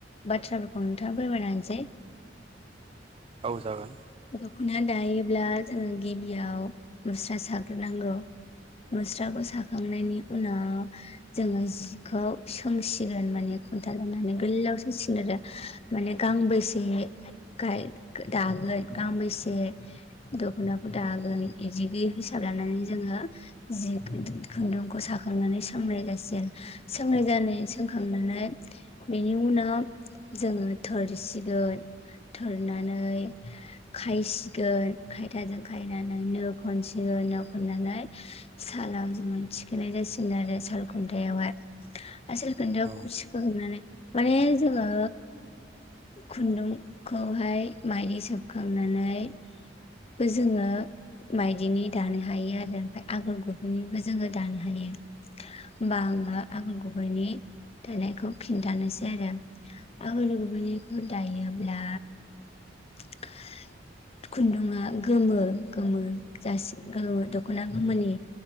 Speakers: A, on the left; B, on the right.
A: बाथ्राफोरखौ नोंथाङा फोरमायना होनसै
B: औ जागोन
A: ख'ना दायोब्ला जोङो गिबियाव मुस्रा साग्रोनांगौ मुस्राखौ साखांनायनि उनाव जोङो जिखौ सोंसिगोन माने खुन्था लुनानै गोलाव सोंसिगोन आरो माने गांबेसे गाय गो दागोन गांबेसे दख'नाखौ दागोन इबिदि हिसाब लानानै जोङो जि खुन्दुं-खुन्दुंखौ साखांनानै सोंनाय जासिगोन सोंनाय जानाय सोंखांना <unintelligible> बेनि उनाव जोङो थोरसिगोन थोरनानै <unintelligible> खायसिगोन खायथाजों खायनानै नो खनसिगोन नो खननानै साल <unintelligible> जोङो थिखोनाय जासिगोन आरो साल खुन्थायावहाय आसोल खोनदोखौ
B: औ
A: सिखो हैनानै माने जोङो खुन्दुंखौहाय माइदि सोबखांनानै बो जोङो माइदिनि दानो हायो आरो ओमफाय आगर गुबैनिबो जोङो दानो हायो होमबा आं मा आगर गुबैनि थोनायखौ खिन्थानोसै आरो। आगर गुबैनिखौ
B: औ
A: दायोब्ला <unintelligible> खुन्दुङा गोमो- गोमो जासि गोमो दख'ना गोमोनि